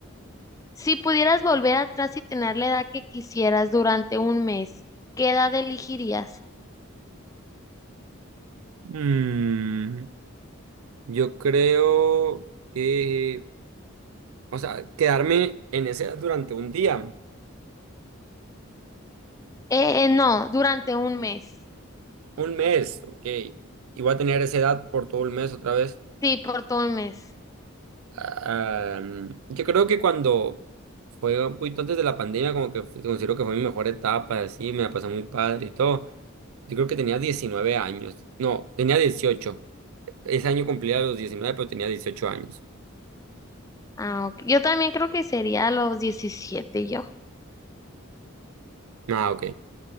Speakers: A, on the left; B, on the right.
A: Si pudieras volver atrás y tener la edad que quisieras durante un mes, ¿qué edad elegirías?
B: Mm, yo creo que, o sea, quedarme en esa edad durante un día,
A: Eh, eh, no, durante un mes.
B: un mes, ok. Y voy a tener esa edad por todo el mes otra vez.
A: Sí, por todo un mes.
B: Ah, mm, yo creo que cuando fue un poquito antes de la pandemia, como que fue- considero que fue mi mejor etapa, así, me la pasé muy padre y todo. Yo creo que tenía 19 años, no, tenía 18. Ese año cumplía los 19, pero tenía 18 años.
A: Ah, ok. Yo también creo que sería a los 17 yo.
B: Ah, ok.